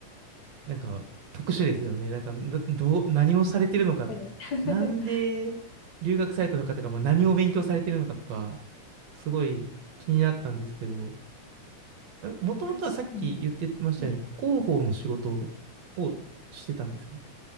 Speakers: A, on the right (about 70°); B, on the left (about 55°).
A: なんか、特殊ですよね。なんか、などう、何をされてるのか、
B: 確かに。<laughs>
A: なんで留学されたのかとか、まあ、何を勉強されてるのかとか、すごい気になったんですけど、もともとはさっき言ってましたように、
B: 確かに。うん
A: 広報の仕事をしてたんですか